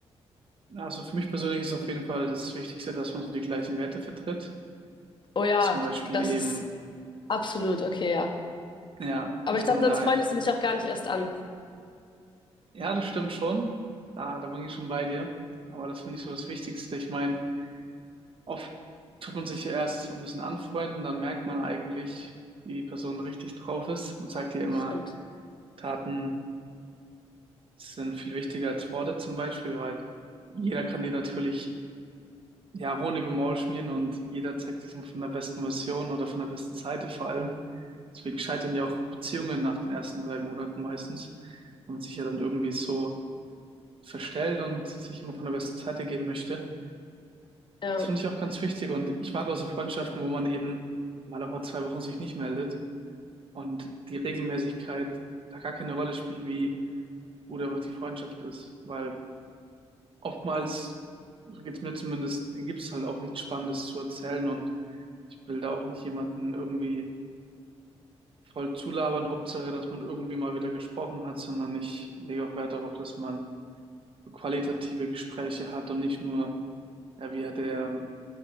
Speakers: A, on the right; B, on the left.
A: also für mich persönlich ist auf jeden Fall das Wichtigste, dass man so die gleichen Werte vertritt.
B: Oh ja,
A: Zum Beispiel
B: das
A: eben,
B: ist absolut okay, ja.
A: ja,
B: Aber
A: dass
B: ich glaube,
A: man
B: sonst
A: da ein,
B: freundest du dich auch gar nicht erst an.
A: ja, das stimmt schon. Da, da bin ich schon bei dir. Aber das finde ich so das Wichtigste. Ich meine, oft tut man sich ja erst so ein bisschen anfreunden, dann merkt man eigentlich, wie die Person richtig drauf ist. Man sagt ja immer,
B: Stimmt.
A: Taten sind viel wichtiger als Worte zum Beispiel, weil jeder kann dir natürlich ja, Honig im Maul schmieren und jeder zeigt sich von der besten Version oder von der besten Seite vor allem. Deswegen scheitern ja auch Beziehungen nach den ersten drei Monaten meistens, wenn man sich ja dann irgendwie so verstellt und sich immer von der besten Seite geben möchte.
B: Ja,
A: Das finde ich auch ganz wichtig und ich mag auch so Freundschaften, wo man eben mal auch mal zwei Wochen sich nicht meldet und die Regelmäßigkeit da gar keine Rolle spielt, wie gut einfach die Freundschaft ist, weil oftmals, so geht's mir zumindest, gibt's halt auch nichts Spannendes zu erzählen und ich will da auch nicht jemanden irgendwie voll zulabern. Hauptsache, dass man irgendwie mal wieder gesprochen hat, sondern ich lege auch Wert darauf, dass man so qualitative Gespräche hat und nicht nur, ja, wie hat der